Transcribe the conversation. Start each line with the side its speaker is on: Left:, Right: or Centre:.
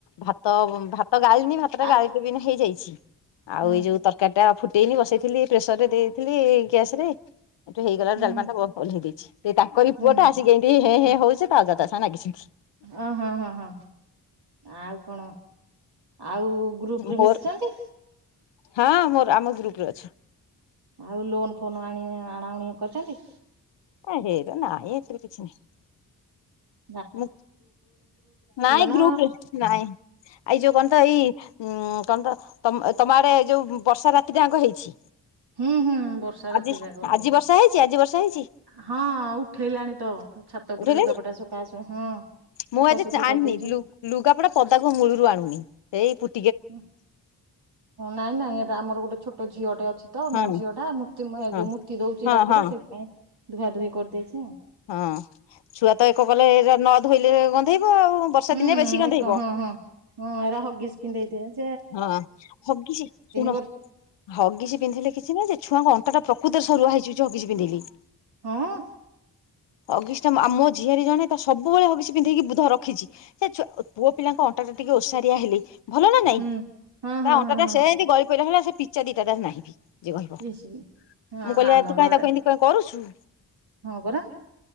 Left: ଭାତ ଭା ଭାତ ଗାଳିିନି ଭାତଟା
Right: ଆଉ
Left: ଗାଳିି ଦେବି ଏଇନୁ ହେଇଯାଇଛି, ଆଉ
Right: ହୁଁ
Left: ଏଇ ଯୋଉ ତରକାରୀଟା ଫୁଟେଇନି ବସେଇଥିଲି ପ୍ରେସରରେ ଦେଇଥିଲି ଗ୍ୟାସରେ, ହେଇଠୁ ହେଇଗଲାଟା
Right: ହୁଁ
Left: ଡାଲମାଟା ବ-ବସେଇ ଦେଇଛି। ସେଇ ତାଙ୍କରି
Right: ହୁଁ
Left: ପୁଅଟା,
Right: ହୁଁ
Left: ଆସିକି ହେଇଟି ହେଁ
Right: ହୁଁ
Left: ହେଁ ହଉଛି, ତା ଅଜା ତା ସାଙ୍ଗରେ ନାଗିଛନ୍ତି।
Right: ଓ ହଁ ହଁ ହଁ ଆଉ କଣ, ଆଉ ଗ୍ରୁପରେ
Left: ମୋର
Right: ମିଶିଛନ୍ତି?
Left: ହଁ ମୋର ଆମ ଗ୍ରୁପରେ ଅଛି।
Right: ଆଉ ଲୋନ ଫୋନ ଆଣି ଆଣାଉଣି କରିଛନ୍ତି?
Left: ହ ହେଇରା ନାଇଁ ଏଥିରେ କିଛିିନାହିଁ।
Right: ହଁ
Left: ମୁଁ ନାଇଁ
Right: ନା
Left: ଗ୍ରୁପରେ ନାହିଁ। ନାଇଁ ଏଇ ଯୋଉ କଣ ତ ଏଇ ଉମ୍ କଣ ତ, ତମ୍ ତମ ଆଡେ ଯୋଉ ବର୍ଷା ରାତିଟା ଆଙ୍କ ହେଇଛି?
Right: ହୁଁ ହୁଁ ବର୍ଷା ରାତି
Left: ଆଜି,
Right: ଯାକ ହେଇଛି।
Left: ଆଜି ବର୍ଷା ହେଇଚି, ଆଜି ବର୍ଷା ହେଇଛି?
Right: ହଁ ଉଠେଇଲାଣି ତ। ଛାତ ଉପରେ
Left: ଉଠେଇଲେଣି
Right: ଲୁଗାପଟା ଶୁଖା ହେଇଛି ହଁ।
Left: ମୁଁ
Right: ଶୁଖାଶୁଖି
Left: ଆଜି ଚାଆଣନି,
Right: କରିଦେଇଛୁ।
Left: ଲୁ-ଲୁଗାପଟା ପଦାକୁ ମୂଳୁରୁ ଆଣୁନି। ସେଇ ପୁ
Right: ଉଁ, ନାଇଁ ନାଇଁ ଏଇଟା ଆମର ଗୋଟେ ଛୋଟ ଝିଅଟେ ଅଛି ତ,
Left: ହଁ
Right: ମୋ ଝିଅଟା ମୁଁ ତିମା
Left: ହଁ
Right: ଯୋଉ ମୁତି ଦଉଚି
Left: ହଁ
Right: ରାତିରେ,
Left: ହଁ।
Right: ସେଇଥିପାଇଁ ଧୁଆ ଧୁଇ କରିଦେଇଛି ଆଉ।
Left: ହଁ। ଛୁଆ ତ ଏକ କଲେ ନ ଧୋଇଲେ ଗନ୍ଧେଇବ ଆଉ। ବର୍ଷା
Right: ହୁଁ
Left: ଦିନେ ବେଶି ଗନ୍ଧେଇବ।
Right: ଏକ ହଁ ହଁ। ହଁ ଏଇରା ହଗିସ୍ ପିନ୍ଧେଇ ଦିଅ।
Left: ହଁ, ହଗିସ୍ ଶୁଣ।
Right: ବର୍ଷ
Left: ହଗିସି ପିନ୍ଧେଇଲେ କିଛି ନାହିଁ ଯେ, ଛୁଆଙ୍କ ଅଣ୍ଟାଟା ପ୍ରକୃତରେ ସରୁଆ ହେଇଯିବ ଯୋଉ ହଗିସି ପିନ୍ଧେଇଲେ।
Right: ହଁ।
Left: ହଗିସ୍ ଟା ଆ ମୋ ଝିଆରୀ ଜଣେ, ତ ସବୁବେଳେ ହଗିସ୍ ପିନ୍ଧେଇକି ବୁଧ ରଖିଛି। ସେ ଛୁଆ ପୁଅ ପିଲାଙ୍କ ଅଣ୍ଟା ଣ୍ଟା ଯେତିକି ଓସାରିଆ ହେଲେ ଭଲ ନା ନାଇଁ।
Right: ହୁଁ
Left: ତା
Right: ହଁ ହଁ
Left: ଅଣ୍ଟାଟା
Right: ହଁ ହଁ
Left: ସେନ୍ତି ଗଳି ପଇଲା ଭଳିଆ ସେ ପିଚା ଦିଟା ତାର ନାହିଁ। ଯଏ କହିବ,
Right: ଇସ୍ ହଁ
Left: ମୁଁ କହିଲି
Right: ଆମର
Left: ଆ ତୁ କାଇଁ ତାକୁ ଏମତି କାଇଁ କରୁଚୁ?
Right: ହଁ ପରା।